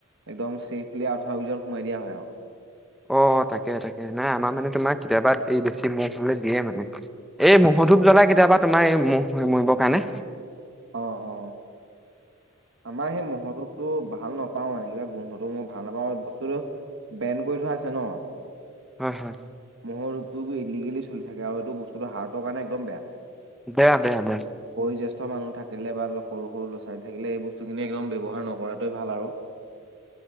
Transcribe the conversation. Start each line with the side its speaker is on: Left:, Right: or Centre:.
Right: একদম চেফলি আঠুৱ ভিতৰত সোমাই দিয়া হয় আৰু
Centre: অ তাকে তাকে নাই আমাৰ মানে তোমাৰ কেতিয়াবা এই বেছি ম হলে দিয়ে মানে এই মহ ধূপ জ্বলাই কেতিয়াবা তোমাৰ এই মহ মৰিবৰ কাৰণে <inaudible>
Right: অ অ অ আমাৰ সেই মহটোৰ টো ভাল নাপাও এনে কিবা গোন্ধটো মই ভাল নাপাওঁ বস্তুতটো ব্ৰেন কৰি থোৱা আছে ন
Centre: হ হয়
Right: মহৰ ৰূপটো ইলিগেলি চল থাকে আৰু সেইটো বস্তুটো হাৰ্টৰ কাৰণে একদম বেয়া
Centre: দয়াা দে দে
Right: বয় জ্যেষ্ঠ মানু থাকে বা সৰু ল' ছোৱালী থাকিলে এইবোৰ বস্তুখিনি একদম ব্যৱহাৰ নকৰাটোৱে ভাল আৰু